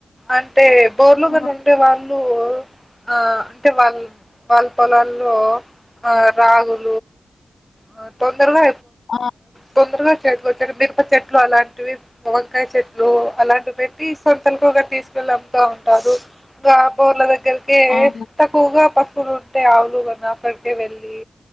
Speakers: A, in the centre; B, on the left.
A: అంటే బోర్లుగన
B: ఆ!
A: ఉంటే వాళ్ళు ఆ అంటే వాళ్ళు వాళ్ళ పొలాల్లో ఆ రాగులు ఆహ్, తొందరగా
B: ఆ!
A: తొందరగా చేతికి మిరప చెట్లు అలాంటివి వంకాయ చెట్లు అలాంటివి పెట్టి సంతలకు తీసుకెళ్ళ అమ్ముతా ఉంటారు ఇంగ బోర్ల దగ్గర ఇంకే
B: అవును.
A: తక్కువగా ప పొలాలు ఉంటే ఆవులు గున అక్కడికే వెళ్ళి